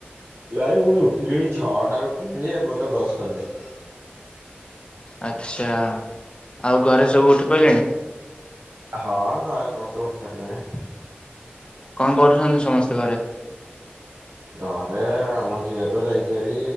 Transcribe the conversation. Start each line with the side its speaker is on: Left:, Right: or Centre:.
Right: ନାଇ ମୁଁ ଉଠିଲିଣି ଛଅଟାରୁ ଉଠିଲିଣି ଯେ ଏପନ୍ତ ବ୍ରସ୍ କରିନି।
Left: ଆଚ୍ଛା, ଆଉ ଘରେ ସବୁ ଉଠି ପଇଲେଣି?
Right: ହଁ ଘରେ ସମସ୍ତେ ଉଠି ସାରଲେଣି।
Left: କଣ କରୁଛନ୍ତି ସମସ୍ତେ ଘରେ?
Right: ଘରେ ଆମ ଝିଅ ତ ଯାଇଚି ହେରି